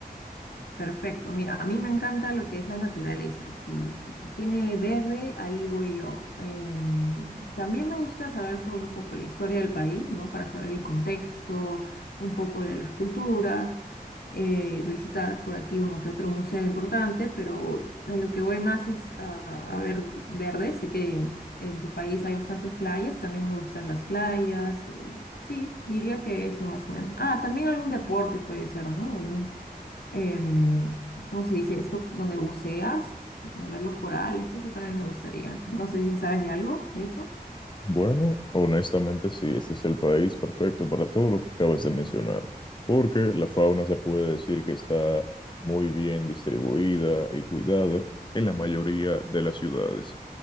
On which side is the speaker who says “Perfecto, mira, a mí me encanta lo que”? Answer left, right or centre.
Left